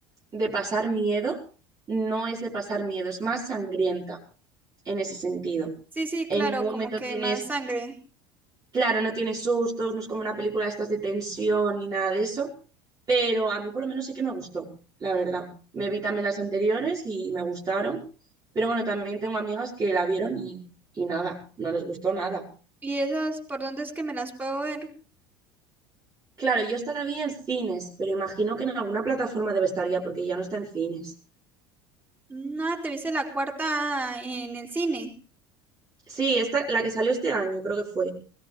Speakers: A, on the right; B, on the right.
A: de pasar miedo, no es de pasar miedo, es más sangrienta en ese sentido.
B: Sí, sí,
A: En
B: claro,
A: ningún momento
B: como que
A: tienes
B: más sangre.
A: Claro, no tiene sustos, no es como una película de estas de tensión ni nada de eso, pero a mí por lo menos sí que me gustó, la verdad. Me vi también las anteriores y me gustaron, pero bueno, también tengo amigas que la vieron y, y nada, no les gustó nada.
B: ¿Y esas por dónde es que me las puedo ver?
A: Claro, yo esta la vi en cines, pero imagino que en alguna plataforma debe estar ya porque ya no está en cines.
B: No, te viste la cuarta en el cine.
A: Sí, esta, la que salió este año creo que fue.